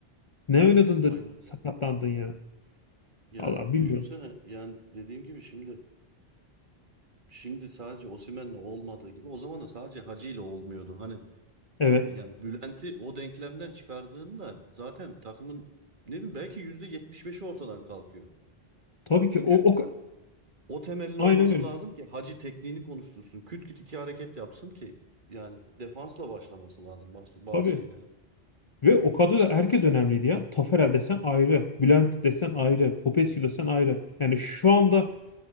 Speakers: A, on the left; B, on the right.
A: Ne oynadın da
B: Aynen.
A: sakatlandın ya?
B: Yani
A: Allah bilmiyorum.
B: düşünsene yani dediğim gibi şimdi şimdi sadece Osimhen'le olmadığı gibi o zaman da sadece Hacı ile olmuyordu. Hani
A: Evet.
B: yani Bülent'i o denklemden çıkardığında zaten takımın ne bileyim belki %75'i ortadan kalkıyor.
A: Tabii
B: Çünkü
A: ki o, o ka-
B: O temelin
A: aynen
B: olması
A: öyle.
B: lazım ki Hacı tekniğini konuştursun. Küt küt iki hareket yapsın ki yani defansla başlaması lazım bazı,
A: Tabii.
B: bazı şeylerin.
A: Ve o kadroda herkes önemliydi ya. Taferel desen ayrı, Bülent desen ayrı, Popescu desen ayrı. Yani şu anda